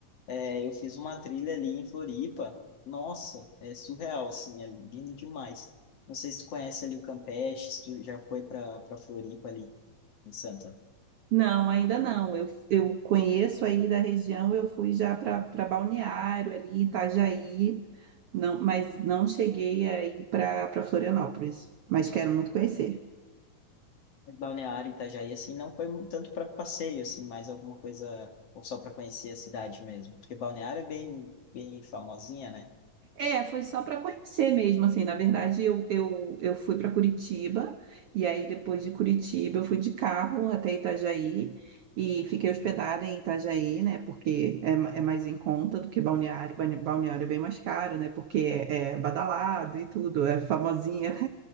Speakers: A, on the left; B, on the right.
A: É, eu fiz uma trilha ali em Floripa. Nossa, é surreal, assim, é lindo demais. Não sei se tu conhece ali o Campeche, se tu já foi para para Floripa ali em Santa.
B: Não, ainda não. Eu, eu conheço aí da região, eu fui já para Balneário ali, Itajaí, não, mas não cheguei aí para para Florianópolis, mas quero muito conhecer.
A: Balneário, Itajaí, assim, não foi tanto para passeio, assim, mais alguma coisa, ou só para conhecer a cidade mesmo. Porque Balneário é bem, bem famosinha, né?
B: É, foi só para conhecer mesmo, assim, na verdade eu, eu, eu fui para Curitiba, e aí depois de Curitiba eu fui de carro até Itajaí, e fiquei hospedada em Itajaí, né, porque é, ma- é mais em conta do que Balneário, Bane- Balneário é bem mais caro, né, porque é, é badalado e tudo, é famosinha